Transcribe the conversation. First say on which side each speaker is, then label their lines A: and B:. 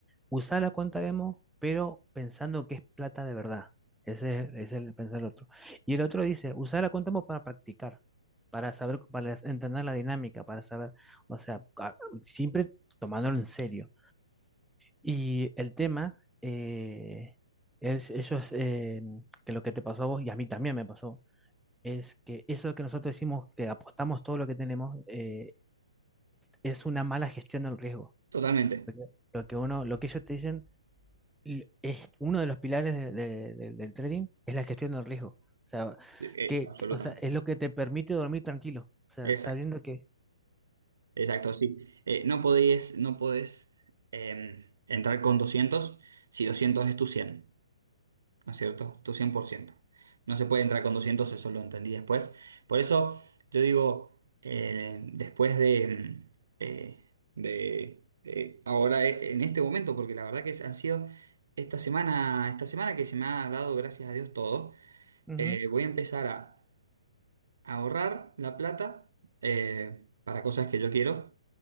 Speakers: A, in the centre; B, on the right.
A: usá la cuenta demo, pero pensando que es plata de verdad. Ese es, ese es el pensar del otro. Y el otro dice, usá la cuenta demo para practicar, para saber, para entender la dinámica, para saber, o sea, a- siempre tomándolo en serio. Y el tema eh, es, eso es eh, que lo que te pasó a vos y a mí también me pasó, es que eso que nosotros decimos que apostamos todo lo que tenemos eh, es una mala gestión del riesgo.
B: Totalmente,
A: Porque Lo que uno, lo que ellos te dicen l- es uno de los pilares de- de- de- del trading es la gestión del riesgo. O sea,
B: eh,
A: que,
B: absolutamente.
A: que- o sea, es lo que te permite dormir tranquilo. O sea,
B: Exacto,
A: sabiendo que
B: exacto, sí. Eh, no podés, no podés em, entrar con 200 si 200 es tu cien ¿no es cierto? Tu cien por ciento No se puede entrar con doscientos eso lo entendí después. Por eso yo digo, eh, después de, mm, eh, de eh, ahora eh, en este momento, porque la verdad que han sido esta semana, esta semana que se me ha dado, gracias a Dios, todo,
A: Ujú.
B: eh, voy a empezar a ahorrar la plata eh, para cosas que yo quiero,